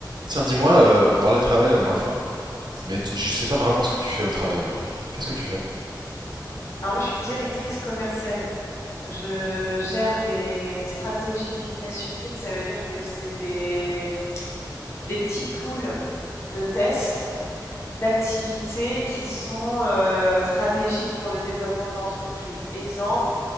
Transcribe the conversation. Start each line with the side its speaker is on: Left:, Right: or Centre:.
Right: Tiens, dis-moi, euh, on parlait de travail la dernière fois, mais tu- je sais pas vraiment ce que tu fais au travail aujourd'hui. Qu'est-ce que tu fais?
Left: Alors moi, je suis directrice commerciale. Je gère des stratégies business units, ça veut dire que c'est des, des petits pools de tests, d'activités qui sont euh, stratégiques pour le développement de l'entreprise. Exemple,